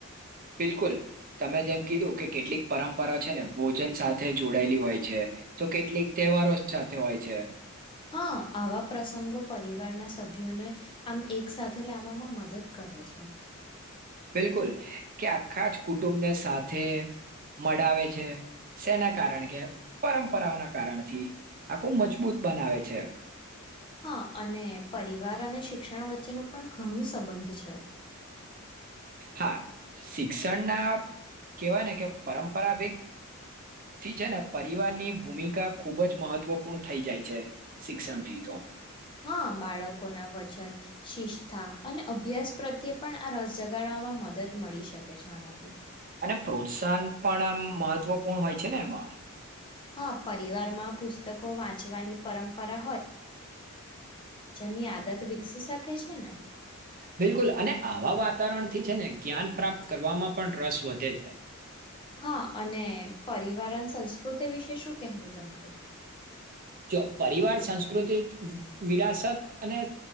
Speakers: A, on the right; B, on the left.
A: બિલકુલ તમે જેમ કીધું કે કેટલીક પરંપરા છે ને ભોજન સાથે જોડાયેલી હોય છે તો કેટલીક તહેવારો સાથે હોય છે
B: હા આવા પ્રસંગો પરિવારના સભ્યોને આમ એક સાથે લાવવામાં મદદ કરે છે
A: બિલકુલ કે આખા જ કુટુંબને સાથે મળાવે છે તેેના કારણ કે પરંપરાઓના કારણથી આખું મજબૂત બનાવે છે
B: હા અને પરિવાર અને શિક્ષણ વચ્ચેનું પણ ઘણું સંબંધ છે
A: હા શિક્ષણના કેહેવાય ને કે પરંપરાભત થી છે ને પરિવારની ભૂમિકા ખૂબ જ મહત્વપૂર્ણ થઈ જાય છે શિક્ષણથી તો
B: હા બાળકોના વચન શિસ્તાા અને અભ્યાસ પ્રત્યે પણ આ રસ જગાડવામાં મદદ મળી શકે છે આનાથી
A: અને પ્રોત્સાહન પણ આમ મહત્વપૂર્ણ હોય છે ને એમાં
B: હા પરિવારમાં પુસ્તકો વાંચવાની પરંપરા ની આદત વિક શ કે છેના
A: બિલકુલ અને આવા વાતાવરણ થી છે ને જ્ઞાન પ્રાપ્ત કરવામાં પણ રસ વધે છે
B: હા અને પરિવારન સંસ્કૃતિ વિશે શું કેહેવું તમારું
A: જો પરિવાર સંસ્કૃત વિરાસત અને